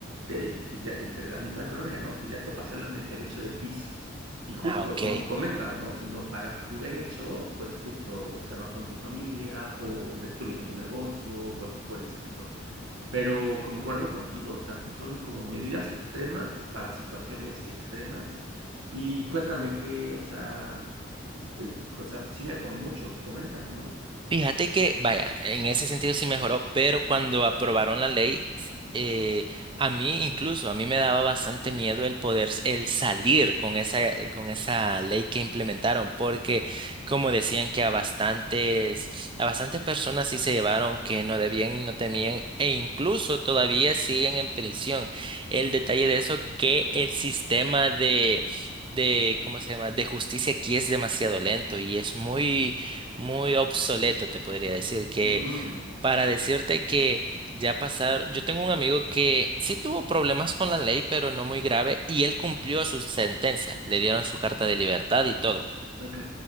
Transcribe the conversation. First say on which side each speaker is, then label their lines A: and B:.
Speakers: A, on the right; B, on the right.
A: te- pues ya entre la misma colonia, ¿no? Pues ya te pasaron el derecho de piso. Y justo,
B: Ah, ok.
A: como comentas, ¿no? Si no pagas tu derecho, pues justo o se van con tu familia o destruyen tu negocio o cosas por el estilo. Pero concuerdo contigo, o sea, sí son como medidas extremas para situaciones extremas. Y cuéntame que, o sea, eh, o sea, sí mejoró mucho, comentas, ¿no?
B: Fíjate que, vaya, en ese sentido sí mejoró, pero cuando aprobaron la ley, eh, a mí incluso, a mí me daba bastante miedo el poder, s- el salir con esa, eh, con esa ley que implementaron, porque como decían que a bastantes, a bastantes personas sí se llevaron que no debían y no temían, e incluso todavía siguen en prisión. El detalle de eso, que el sistema de... de, ¿cómo se llama? De justicia aquí es demasiado lento y es muy, muy obsoleto, te podría decir, que
A: Mm,
B: para decirte que ya pasaron, yo tengo un amigo que sí tuvo problemas con la ley, pero no muy grave, y él cumplió su sentencia, le dieron su carta de libertad y todo.
A: ok.